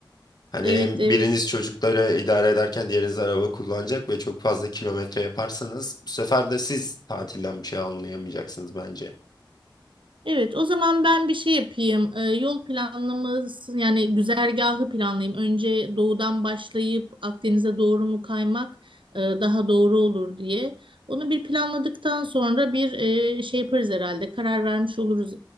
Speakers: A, on the left; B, on the right.
A: Hani
B: evet
A: hem
B: evet.
A: biriniz çocukları idare ederken diğeriniz araba kullanacak ve çok fazla kilometre yaparsanız bu sefer de siz tatilden bir şey anlayamayacaksınız bence.
B: Evet o zaman ben bir şey yapayım. Ee, yol planlaması yani güzergahı planlayayım. Önce doğudan başlayıp Akdeniz'e doğru mu kaymak e, daha doğru olur diye. Onu bir planladıktan sonra bir e, şey yaparız herhalde. Karar vermiş oluruz